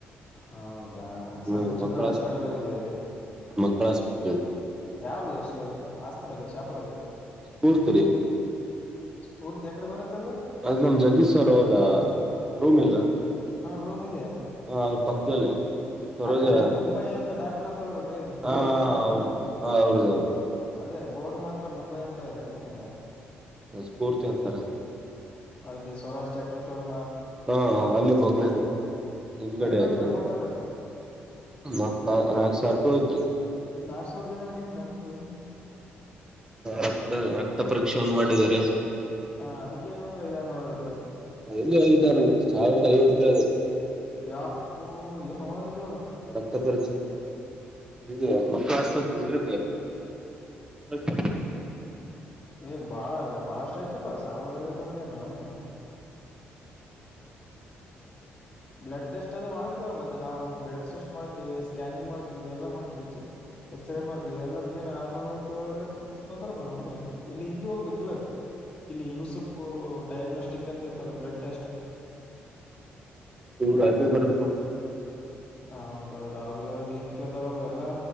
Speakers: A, on the left; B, on the right.
A: ಹೌದಾ
B: ಹ್ಮ್
A: ಸಣ್ಣ ಚಿಕ್ಕವರ್
B: ಮಕ್ಕಳ
A: ಹಾಸ್ಪಿಟಲ್
B: ಆಸ್ಪತ್ರೆ
A: ಹೋಗಿದ್ದಿ
B: ಅದ ಮಕ್ಕಳ ಆಸ್ಪತ್ರೆ.
A: ಯಾವ್ದ ಸ ಹಾಸ್ಪಿಟಲ್ ಶಾಪುರಲ್ಲಿ?
B: ಸ್ಫೂರ್ತಿ ರೀ
A: ಸ್ಫೂರ್ತಿ ಯಕಡೆ ಬರುತ್ತದ.
B: ಅದ್ ನಮ ಜಗದೀಶ ಸರ್ ಅವರ ರೂಮ್ ಇಲ್ಲ
A: ಹಾ ರೂಮ್ ಇದೆ.
B: ಹ ಅವ್ರ ಪಕ್ಕದಲ್ಲೇ.
A: ಹ್ಮ
B: ಸರೋಜ
A: ಆ ಕಡೆ ಅದು ಮುಂಬಯಿ ಅಂತ ಡಾಕ್ಟರ್ ಅಂತ ಅದ ನೋಡ್ರಿ
B: ಹಾ
A: ಅದನೇನು.
B: ಅವ್ರದು ಹ ಅವ್ರದ್ದ ಅವ್ರದು
A: ಅದೇ ಬೋರ್ಡ್ ಮಾತ್ರ ಮುಂಬೈ ಅಂತದ ರೀ ಅದಕ್ಕೆ ಅಂದೇ.
B: ಹ ಸ್ಫೂರ್ತಿ ಅಂತಾರ ಅದಕ್ಕೆ
A: ಅಲ್ಲಿ ಸ್ವರಾಜ್ ಡಾಕ್ಟರ್ ಶರ್
B: ಹಾ ಹಾ ಅಲ್ಲೇ ಬೋಗಲಾಗೆ ಹಿಂದಗಡೆ
A: ಏಟ್ ಹೋಯ್ತ್ರಿ
B: ಅದರ್ ಹಿಂದ
A: ಅಮೌಂಟ್ ಎಲ್ಲ
B: ನಾಲ್ಕ್ ಸಾವ ನಾಲ್ಕ ಸಾವಿರ ರೂಪಾಯಿ ಹೋಯತ್ರಿ.
A: ನಾಕ್ ಸಾವಿರದ ಏನ್ ಏನ್ ಮಾಡ್ಯಾನ್ರಿ ಹಂತದು.
B: ರಕ್ತ ರಕ್ತ ಪರೀಕ್ಷೆ ಒಂದ್ ಮಾಡಿದ್ದರಿ.
A: ಹಾ ಅದಕ್ಕೆ ಏನಂದ್ರ ಐದಾರನೂರ ಇರುತ್ತ.
B: ಎಲ್ಲಿ ಐದ್ ನ ಸಾವಿರದ ಐವತ್ರಿ ಅದ.
A: ಯಪ್ಪೋ ಏನೋ ಇದ.
B: ರಕ್ತ ಪರೀಕ್ಷೆ ಇದ ಮಕ್ಕಳ ಆಸ್ಪತ್ರೆ ಇದ್ರ <unintelligible>
A: ಏ ಬಾಳ ಬಾಳಷ್ಟ ಆಯ್ತಪ್ಪ ಸಾವಿರ್ದ ಐವತ್ ಅಂದ್ರ ಏನ್ ನಿನ್. ಬ್ಲಡ್ ಟೆಸ್ಟ್ ಅದು ಮಾಡಿಸ್ತಿವಲ್ಲ ಮತ್ತೆ ನಾವು. ಬ್ಲಡ್ ಟೆಸ್ಟ್ ಮಾಡ್ತೀವಿ ಸ್ಕ್ಯಾನಿಂಗ್ ಮಾಡ್ತೀವಿ ಎಲ್ಲ ಮಾಡ್ತೀವಿ ಜ ಎಕ್ಸರೆ ಮಾಡ್ತೀವಿ ಎಲ್ಲದಕ ಏನ್ ಆರ್ನೂರ ಐವತ್ತ ಲ್ನೂರ್ ಐವತ್ತ ತೊಂತಾರ್ ಅಪ್ಪಾ ನಮ್ಮ ಹತ್ರೆ ಇಲ್ಲಿ ಇಲ್ಲಿ ಹೋಗ್ಬೇಕಿಲ್ಲ ಇಲ್ಲಿ ಯೂಸುಪ್ ಡಯಾಗ್ನೋಸ್ಟಿಕ್ ಅಂತ ಇತ್ತಲ್ಲ ಬ್ಲಡ್ ಟೆಸ್ಟ್.
B: ರು ಅಲ್ಲಿ ಬರೆದು ಕೊಟ್ಟ್ರ.
A: ಹೌದೌದು ಅವ್ರಿಗ ಅವ್ರಿಗ್ ಲಿಂಕ್ ಇರ್ತಾವ ಎಲ್ಲಾ.